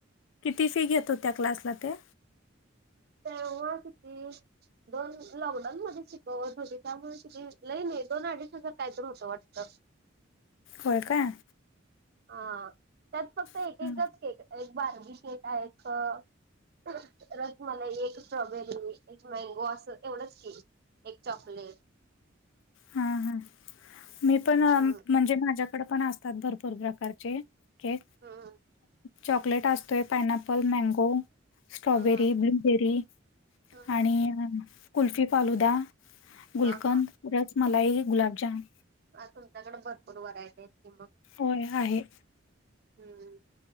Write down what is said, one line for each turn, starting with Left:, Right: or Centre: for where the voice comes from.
Left: किती फी घेतो त्या क्लासला ते.
Right: तर उवा किती. दोन लॉकडाऊन मध्ये शिकवत होते त्यामुळे ति लयनइ दोन अडीच हजार काय तर होतं वाटतं.
Left: होय काय?
Right: ह त्यात फक्त एक
Left: हं,
Right: एकच केक एक बार्बी केक एक. तरच मला एक स्ट्रॉबेरी एक मँगो असं एवढंच केलं. एक चॉकलेट
Left: हा हा मी पण
Right: हम्म
Left: म्हणजे माझ्याकडे पण असतात भरपूर प्रकारचे च
Right: हम्म
Left: चॉकलेट असतोय, पायनॅपल, मँगो स्ट्रॉबेरी,
Right: हम्म
Left: ब्लुबेरी
Right: हम्म
Left: आणि कुल्फी, फालुदा, गुलकंद,
Right: हा
Left: रस मलाई, गुलाबजाम
Right: आज तुमच्याकडे भरपूर व्हरायटी आहेत की मग.
Left: होय आहे.
Right: हम्म.